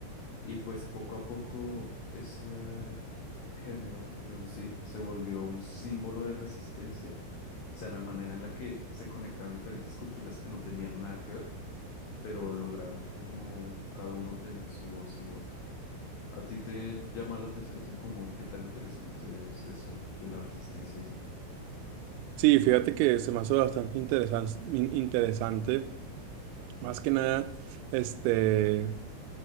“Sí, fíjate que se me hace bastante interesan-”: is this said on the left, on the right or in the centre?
Right